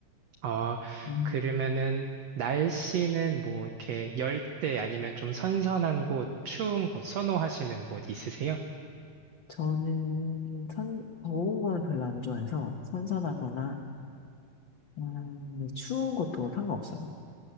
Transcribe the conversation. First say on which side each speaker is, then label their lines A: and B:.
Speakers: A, on the right; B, on the left.
A: 아,
B: 음.
A: 그러면은 날씨는 뭐 이렇게 열대 아니면 좀 선선한 곳, 추운 곳 선호하시는 곳 있으세요?
B: 저는 선, 더운 거는 별로 안 좋아해서 선선하거나 음, 네, 추운 것도 상관없어요.